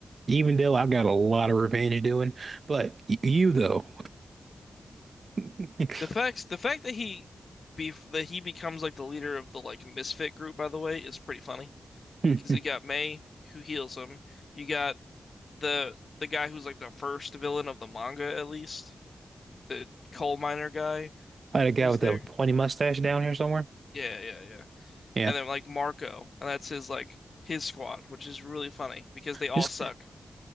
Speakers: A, on the right; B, on the left.
A: Even though I've got a lot of revenge doing, but y- you though, <laughs>
B: The fact the fact that he be that he becomes like the leader of the like misfit group, by the way, is pretty funny
A: I
B: because you got May who heals him. You got the the guy who's like the first villain of the manga, at least the coal miner guy
A: had a guy
B: is
A: with
B: there?
A: a pointy mustache down here somewhere.
B: Yeah, yeah, yeah.
A: Yeah,
B: And then like Marco, and that's his like his squad, which is really funny because they all
A: it's
B: suck.